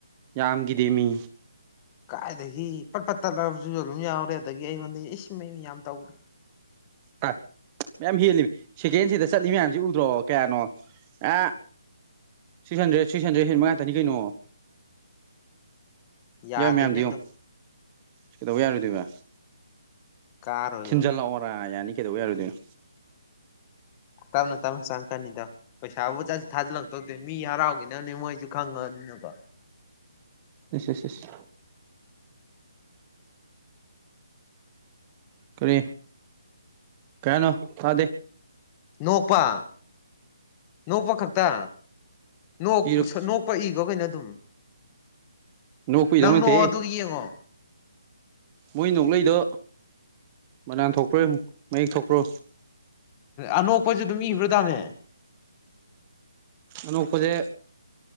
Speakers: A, on the right; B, on the left.
A: ꯌꯥꯝꯒꯤꯗꯦ ꯃꯤ
B: ꯀꯥꯏꯗꯒꯤ ꯄꯠ ꯄꯠ ꯇꯠꯂꯕꯁꯨ ꯑꯗꯨꯝ ꯌꯥꯎꯔꯦ ꯑꯗꯨꯗꯒꯤ ꯑꯩꯉꯣꯟꯗ ꯏꯁꯤꯡ ꯑꯩꯅ ꯌꯥꯝ ꯇꯧꯦ
A: ꯍꯥ ꯃꯌꯥꯝ ꯍꯦꯜꯂꯤ ꯁꯦꯀꯦꯟꯁꯤꯗ ꯆꯠꯂꯤ ꯃꯌꯥꯝꯁꯤ ꯎꯗ꯭ꯔꯣ ꯀꯌꯥꯅꯣ ꯑꯦ ꯁꯤꯛꯁ ꯍꯟꯗ꯭ꯔꯦꯠ ꯁꯤꯛꯁ ꯍꯟꯗ꯭ꯔꯦꯠ ꯍꯠ ꯃꯉꯥ ꯇꯅꯤ ꯀꯩꯅꯣ
B: ꯌꯥꯗꯅꯦ
A: ꯌꯥꯎꯏ ꯃꯌꯥꯝꯗꯣ ꯌꯦꯡꯉꯨ
B: ꯑꯗꯣ
A: ꯀꯩꯗꯧꯕ ꯌꯥꯔꯣꯏꯗꯣꯏꯕ
B: ꯀꯥꯔꯣꯏꯕ
A: ꯊꯤꯟꯖꯂ ꯑꯣꯔꯥꯏ ꯌꯥ ꯌꯥꯅꯤ ꯀꯩꯗꯧꯕ ꯌꯥꯔꯨꯗꯣꯏꯅꯣ
B: ꯇꯃꯦ ꯇ ꯁꯥꯡꯀ ꯅꯗ ꯄ ꯑ ꯆ ꯊꯥꯖꯤꯜꯂꯛꯇꯧꯗꯦ ꯃꯤ ꯍꯥꯔꯥꯎꯈꯤꯅꯕꯅꯦ ꯃꯣꯏꯁꯨ ꯈꯪꯉꯅꯤꯅꯀꯣ
A: ꯑꯁꯁꯁ ꯀꯔꯤꯔꯤ ꯀꯩꯅꯣ ꯊꯥꯗꯦ
B: ꯅꯣꯛꯄ ꯅꯣꯛꯄ ꯈꯛꯇ ꯣꯛ
A: ꯏꯔꯨꯞ
B: ꯅꯣꯛꯄ ꯏꯒꯣ ꯀꯩꯅꯣ ꯑꯗꯨꯝ
A: ꯅꯣꯛꯄꯩꯗꯧ
B: ꯅꯪ
A: ꯅꯠꯇꯦꯍꯦ
B: ꯅꯣꯛꯑꯣ ꯑꯗꯨ ꯌꯦꯡꯉꯣ
A: ꯃꯣꯏ ꯅꯣꯛꯂꯩꯗꯣ ꯃꯕꯅꯥꯟ ꯊꯣꯛꯄ꯭ꯔꯣ ꯃꯌꯦꯛ ꯊꯣꯛꯄ꯭ꯔꯣ
B: ꯑꯅꯣꯛꯄꯁꯨ ꯑꯗꯨꯝ ꯏꯕ꯭ꯔꯥ ꯇꯥꯝꯃꯦ
A: ꯑꯗꯨꯄꯖꯦ